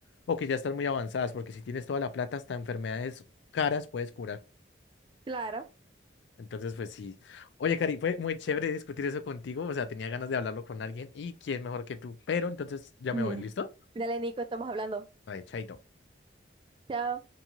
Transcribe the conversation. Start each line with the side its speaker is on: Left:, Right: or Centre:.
Left: o que ya están muy avanzadas, porque si tienes toda la plata, hasta enfermedades caras puedes curar.
Right: Claro.
Left: Entonces, pues sí. Oye, Cari, fue muy chévere discutir eso contigo, o sea, tenía ganas de hablarlo con alguien y quién mejor que tú, pero entonces ya
Right: <laughs>
Left: me voy, ¿listo?
Right: Dale, Nico, estamos hablando.
Left: Vale, chaito.
Right: Chao.